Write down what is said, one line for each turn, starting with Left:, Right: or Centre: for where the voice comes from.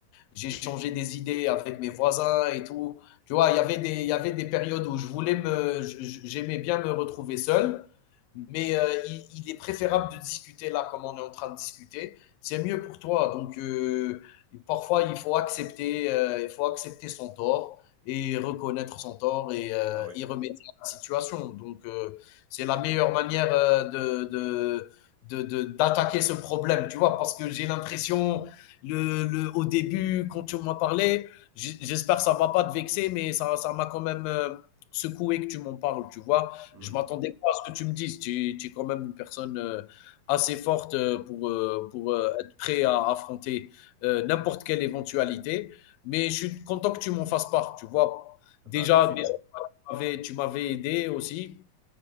Left: j'ai changé des idées avec mes voisins et tout. Tu vois, il y avait des, il y avait des périodes où je voulais me, je- je- j'aimais bien me retrouver seul mais euh, il, il, est préférable de discuter là comme on est en train de discuter. C'est mieux pour toi. Donc euh, parfois il faut accepter, euh, il faut accepter son tort et reconnaître son tort et euh,
Right: Ah oui.
Left: y remédier à la situation. Donc euh, c'est la meilleure manière euh, de, de d'attaquer de, de, d'attaquer ce problème, tu vois, parce que j'ai l'impression, le, le, au début, quand tu m'as parlé, j'espère que ça ne va pas te vexer, mais ça, ça m'a quand même euh, secoué que tu m'en parles, tu vois.
Right: Hmm.
Left: Je m'attendais pas à ce que tu me dises. Tu, tu es quand même une personne euh, assez forte euh, pour, euh, pour euh, être prêt à affronter euh, n'importe quelle éventualité. Mais je suis content que tu m'en fasses part. Tu vois, déjà,
Right: Bah, merci bien.
Left: déjà, tu m'avais- tu m'avais aidé aussi